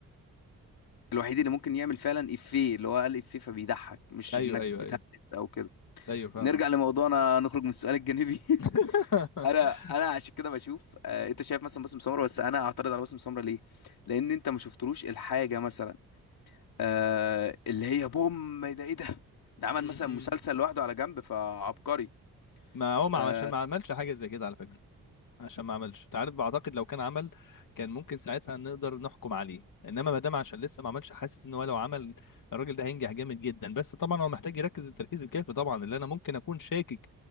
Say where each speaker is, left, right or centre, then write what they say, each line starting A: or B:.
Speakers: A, on the left (about 75°); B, on the left (about 60°).
A: الوحيد اللي ممكن يعمل فعلا افيه اللي هو قال افيه فبيضحك مش
B: ايوه
A: انك
B: ايوه
A: بتهلس
B: ايوه
A: او كده
B: ايوه فاهمك
A: نرجع لموضوعنا نخرج من السؤال الجانبي
B: <laughs>
A: <laughs> انا انا عشان كده بشوف آه... انت شايف مثلا باسم سمرة بس انا اعترض على باسم سمرة ليه لان انت ما شفتلوش الحاجه مثلا آه... اللي هي بوم ده ايه ده ده عمل
B: أمم.
A: مثلا مسلسل لوحده على جنب فعبقري
B: ما هو ما
A: آه...
B: عشان ما عملش حاجه زي كده على فكره عشان ما عملش انت عارف بعتقد لو كان عمل كان ممكن ساعتها نقدر نحكم عليه انما ما دام عشان لسه ما عملش حاسس ان هو لو عمل الراجل ده هينجح جامد جدا بس طبعا هو محتاج يركز التركيز الكافي طبعا اللي انا ممكن اكون شاكك